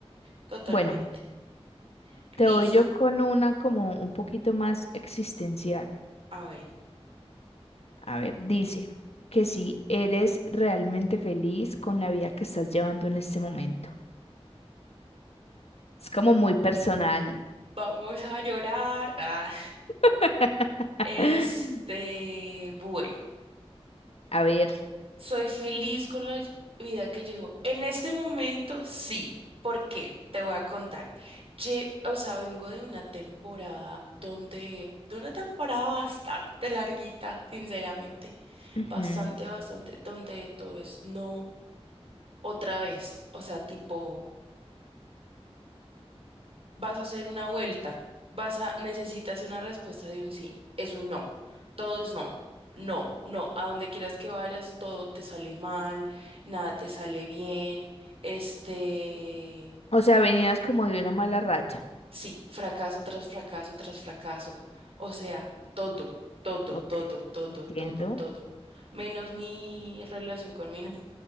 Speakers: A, on the right; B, on the left.
A: totalmente.
B: Bueno,
A: Listo.
B: te voy yo con una como un poquito más existencial.
A: A ver,
B: A ver, dice que si eres realmente feliz con la vida que estás llevando en este momento. Es como muy personal.
A: vamos a llorar. Ah,
B: <laughs>
A: este, bueno,
B: A ver.
A: soy feliz con la vida que llevo. En este momento, sí. ¿Por qué? Te voy a contar. Lle- o sea, vengo de una temporada donde, de una temporada bastante larguita, sinceramente,
B: ujú.
A: bastante, bastante, donde todo es no otra vez. O sea, tipo... vas a hacer una vuelta, vas a, necesitas una respuesta de un sí, es un no, todo es no, no, no, a donde quieras que vayas, todo te sale mal, nada te sale bien, este,
B: O sea, venías como de una mala racha.
A: sí, fracaso tras fracaso tras fracaso, o sea, todo, todo,
B: Ok,
A: todo, todo,
B: entiendo.
A: todo, todo, menos mi relación con mi novio.